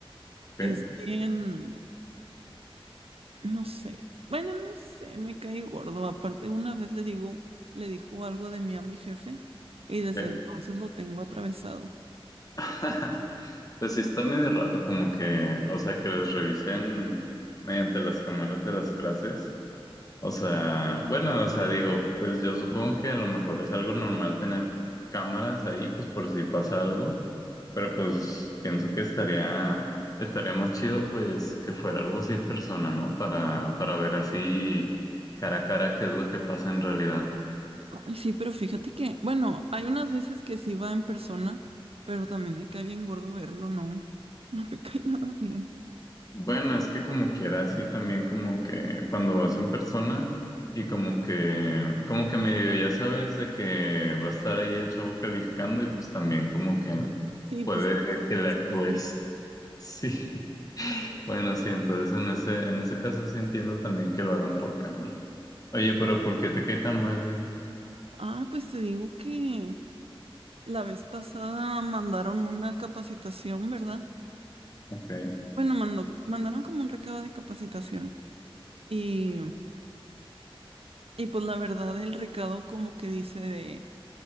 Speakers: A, on the right; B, on the left.
A: es
B: ok,
A: bien, no sé, bueno, no sé, me cae gordo. Aparte una vez le digo, le dijo algo de mí a mi jefe y
B: ok.
A: desde entonces lo tengo atravesado.
B: <laughs> Pues sí está medio raro como que, o sea, que les revisen mediante las cámaras de las clases. O sea, bueno, o sea, digo, pues yo supongo que a lo mejor es algo normal tener cámaras ahí, pues por si pasa algo, pero pues pienso que estaría, estaría más chido pues que fuera algo así en persona, ¿no? Para, para ver así cara a cara qué es lo que pasa en realidad.
A: Ay, sí, pero fíjate que, bueno, hay unas veces que sí va en persona, pero también me cae bien gordo verlo, ¿no? <laughs> No me cae nada bien.
B: Bueno, es que como quiera, así también como que cuando vas en persona y como que, como que medio ya sabes de que va a estar ahí el chavo calificando y pues también como que
A: Sí,
B: puede
A: pues... por todas
B: que le
A: las
B: actúes.
A: cosas. ¿no?
B: Sí, <laughs> bueno, sí, entonces en ese, en ese caso sí entiendo también que lo hagan por cámara. Oye, pero ¿por qué te cae tan mal?
A: Ah, pues te digo que la vez pasada mandaron una capacitación, ¿verdad?
B: Ok.
A: Bueno, mandó, mandaron como un recado de capacitación y, y pues la verdad el recado como que dice de,